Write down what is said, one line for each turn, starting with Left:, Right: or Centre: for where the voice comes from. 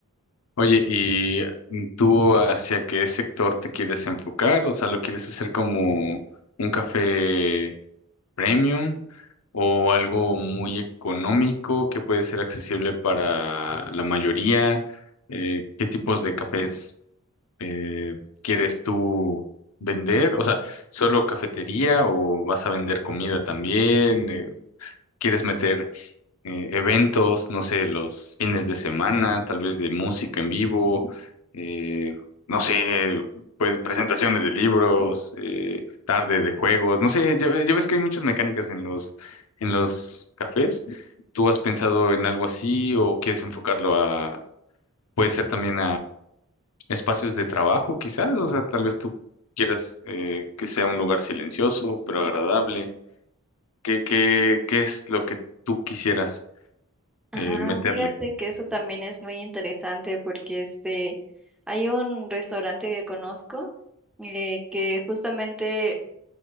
Left: Oye, ¿y tú hacia qué sector te quieres enfocar? O sea, ¿lo quieres hacer como un café premium o algo muy económico que puede ser accesible para la mayoría? Eh, ¿qué tipos de cafés? eh, ¿quieres tú vender? O sea, ¿solo cafetería o vas a vender comida también? Eh, ¿quieres meter eh, eventos, no sé, los fines de semana, tal vez de música en vivo? Eh, no sé, pues presentaciones de libros, eh, tarde de juegos, no sé, ya, ya ves que hay muchas mecánicas en los, en los cafés. ¿Tú has pensado en algo así o quieres enfocarlo a, puede ser también espacios de trabajo, quizás, o sea, tal vez tú quieras eh, que sea un lugar silencioso, pero agradable. ¿Qué, qué, qué es lo que tú quisieras
Centre: Ah,
Left: eh, meterle?
Centre: fíjate que eso también es muy interesante porque este, hay un restaurante que conozco eh, que justamente